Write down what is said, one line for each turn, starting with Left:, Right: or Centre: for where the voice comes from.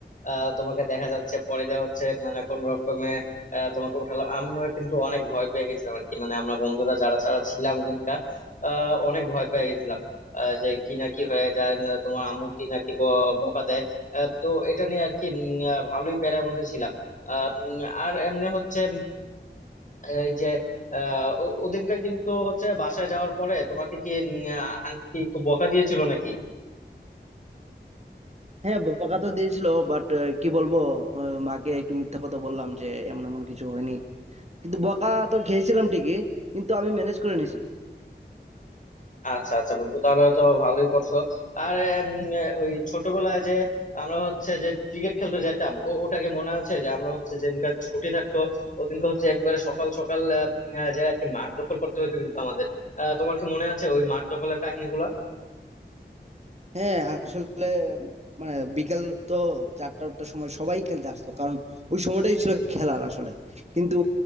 Left: আহ, তোমাকে দেখা যাচ্ছে পরে দেওয়া হচ্ছে মানে কোন রকমে আহ, তোমাকে উঠালাম আমরা কিন্তু অনেক ভয় পেয়ে গেছিলাম আর কি মানে আমরা বন্ধুরা যারা যারা ছিলাম ওদিনকার আহ, অনেক ভয় পেয়ে গেছিলাম আহ, যে কি না কি হয়ে যায় না তোমার আম্মু কি না কি ব- বকা দেয় আহ, তো এটা নিয়ে আর কি উম, আহ, ভালোই প্যারার মধ্যে ছিলাম আহ, উম, আর এমনি হচ্ছে এই যে আহ ও- ওদিনকার কিন্তু হচ্ছে বাসায় যাওয়ার পরে তোমাকে কি উম, আহ, আন্টি কি খুব বকা দিয়েছিল নাকি
Right: হ্যাঁ বকা তো দিয়েছিল বাট কি বলবো আহ, মাকে একটু মিথ্যা কথা বললাম যে এমন এমন কিছু হয়নি কিন্তু বকা তো খেয়েছিলাম ঠিকই কিন্তু আমি ম্যানেজ করে নিয়েছি
Left: আচ্ছা আচ্ছা বন্ধু তাহলে তো ভালোই করছো আর উম, ওই ছোটবেলায় যে আমরা হচ্ছে যে ক্রিকেট খেলতে যেতাম ও- ওটাকে মনে আছে যে আমরা হচ্ছে যেদিনকার ছুটি থাকতো ওদিনকে হচ্ছে একবারে সকাল সকাল আহ, উম, আহ, যে আর কি মাঠ দখল করতে হতো কিন্তু আমাদের আহ, তোমার কি মনে আছে ওই মাঠ দখলের কাহিনীগুলো
Right: হ্যাঁ আসলে মানে বিকাল তো চারটা চারটার সময় সবাই খেলতে আসতো কারণ ওই সময়টাই ছিল খেলার আসলে কিন্তু